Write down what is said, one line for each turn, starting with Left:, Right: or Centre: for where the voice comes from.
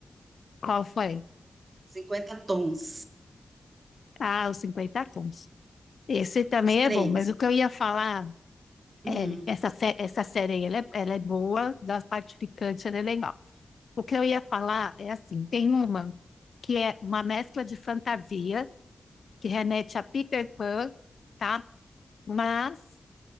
Left: Qual foi?
Right: cinquenta tons,
Left: Ah, os 50 tons. Esse também
Right: os três.
Left: é bom, mas o que eu ia falar
Right: Hum.
Left: é, essa, sé- essa série aí, ela é, ela é boa, da parte picante ela é legal. O que eu ia falar é assim, tem uma que é uma mescla de fantasia, que remete a Peter Pan, tá? Mas